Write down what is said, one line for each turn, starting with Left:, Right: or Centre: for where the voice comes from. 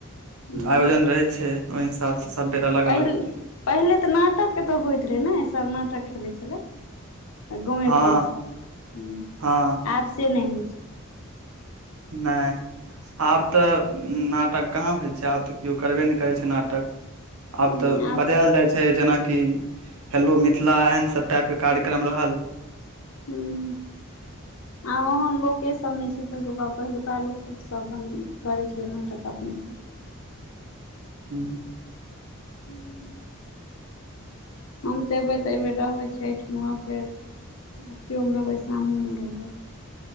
Left: हुँ
Right: आयोजन रहै छै ओहि हिसाब सऽ सब बेर अलग
Left: पहिल
Right: अलग
Left: पहिले तऽ नाटक एतऽ होइत रहे नऽ सब नाटक खेलैत छलै गाँवेके
Right: हँ
Left: लोक सब हू
Right: हँ
Left: आब से नहि होइ छै
Right: नैह आब तऽ नाटक कहाँ होइ छै आब तऽ केओ करबे नहि करैत छइ नाटक आब
Left: ह
Right: तऽ
Left: आब
Right: बजायल जाइत छै जेनाकि हेलो मिथिला एहन सब टाइपके कार्यक्रम रहल
Left: हू <unintelligible> ओहेन लोक सब ने छै पहिलुका पहिलुका लोक सब सब करे छै नाटक अपने सब
Right: हू
Left: हूँ हम तऽ अबै तऽ एबेर रहबै छठिमे फेर अथओमे रहबै शामोमे रहबै